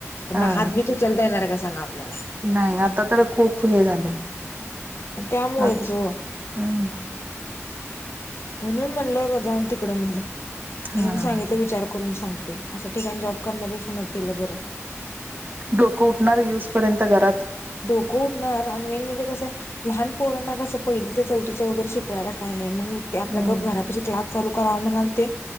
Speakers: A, on the left (about 55°); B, on the right (about 35°).
A: त्यांना
B: हा
A: हातबित उचलता येणार हाय का सांगा? आपल्याला
B: नाही आता तर खूप हे झालय
A: त्यामुळेच
B: हात,
A: हो
B: हम्म
A: म्हणून म्हणलं जाऊन तिकडं म्हणलं, म्हणून
B: हा
A: सांगितलं विचार करून सांगते, अशा ठिकाणी जॉब करण्यापेक्षा न केलंल बरं.
B: डोकं उठणार यिवूसपर्यंत घरात
A: डोकं उठणार आणि मेन म्हणजे कसं लहान पोरांना कसं पहिल ते चौथीच्या वगैरे शिकवायला काय नाही मग ते आपल्या
B: हम्म.
A: गप्प घरापशी क्लास चालू करावा म्हणालते